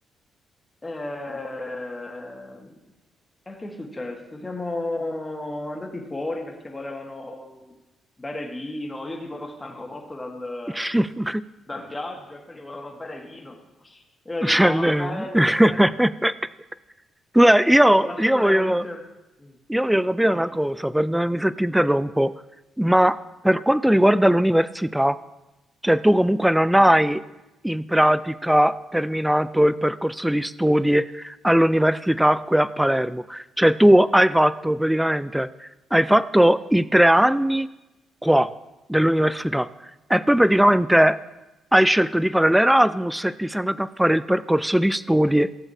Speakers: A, on the left (about 20°); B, in the centre.
A: Ehm, E, che è successo? Siamo andati fuori perché volevano bere vino. Io tipo ero stanco molto dal,
B: <laughs>
A: dal viaggio e quelli volevano bere vino. E io tipo,
B: Cioè,
A: va
B: ne-
A: bene,
B: <laughs>
A: va bene.
B: Scusa, io,
A: Non ho lasciato
B: io voglio,
A: le valigie. Mm,
B: io voglio capire una
A: mm,
B: cosa, perdonami se ti interrompo, ma per quanto riguarda l'università, cioè tu comunque non
A: mm.
B: hai in pratica terminato il percorso di studi all'università qui a Palermo, cioè tu hai fatto praticamente, hai fatto i tre anni qua dell'università e poi praticamente hai scelto di fare l'Erasmus e ti sei andato a fare il percorso di studi